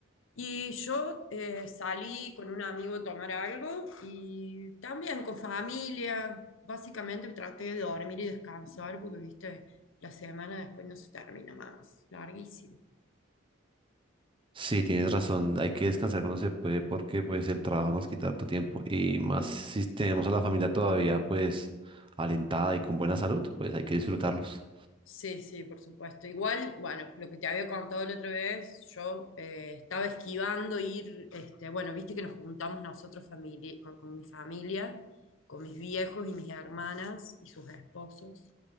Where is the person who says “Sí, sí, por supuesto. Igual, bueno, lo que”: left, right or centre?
Left